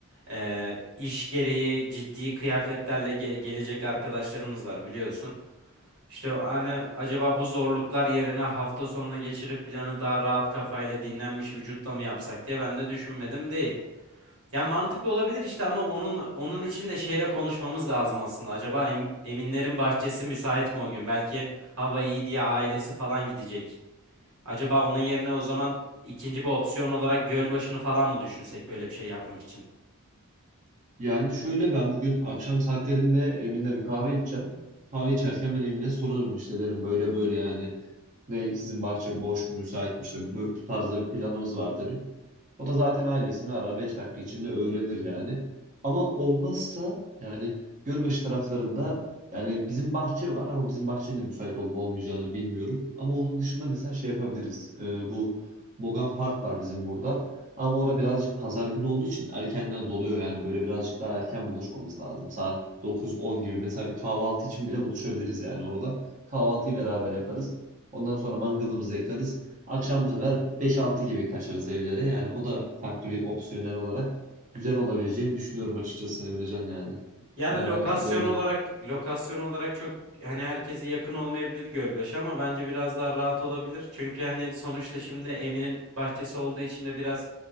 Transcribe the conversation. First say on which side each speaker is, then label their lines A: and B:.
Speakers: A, on the right; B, on the right.
A: Ee, iş gereği ciddi kıyafetlerle ge- gelecek arkadaşlarımız var biliyorsun. İşte hani acaba bu zorluklar yerine hafta sonuna geçirip planı daha rahat kafayla dinlenmiş vücutla mı yapsak diye ben de düşünmedim değil. Ya mantıklı olabilir işte ama onun onun için de şeyle konuşmamız lazım aslında. Acaba Em- Eminlerin bahçesi müsait mi o gün? Belki hava iyi diye ailesi falan gidecek. Acaba onun yerine o zaman ikinci bir opsiyon olarak Gölbaşı'nı falan mı düşünsek böyle bir şey yapmak için?
B: Yani şöyle ben bugün akşam saatlerinde Emin'le bir kahve içeceğim. Kahve içerken ben Emin'e sorarım işte derim böyle böyle yani Ne sizin bahçe boş mu müsait mi işte bu, bu tarzda bir planımız var dedim. O da zaten ailesini arar 5 dakika içinde öğrenir yani. Ama olmazsa yani Gölbaşı taraflarında yani bizim bahçe var ama bizim bahçenin de müsait olup olmayacağını bilmiyorum. Ama onun dışında mesela şey yapabiliriz. Ee, bu Mogan Park var bizim burada. Ama orada birazcık pazar günü olduğu için erkenden doluyor yani böyle birazcık daha erken buluşmamız lazım. Saat dokuz on gibi mesela bir kahvaltı için bile buluşabiliriz yani orada. Kahvaltıyı beraber yaparız. Ondan sonra mangalımızı yakarız. Akşam bu sefer beş altı gibi kaçarız evlere. Yani o da farklı bir opsiyonel olarak güzel olabileceğini düşünüyorum açıkçası Emrecan yani.
A: Yani
B: Benden
A: lokasyon
B: böyle.
A: olarak lokasyon olarak çok hani herkese yakın olmayabilir Gölbaşı ama bence biraz daha rahat olabilir. Çünkü hani sonuçta şimdi Emin'in bahçesi olduğu için de biraz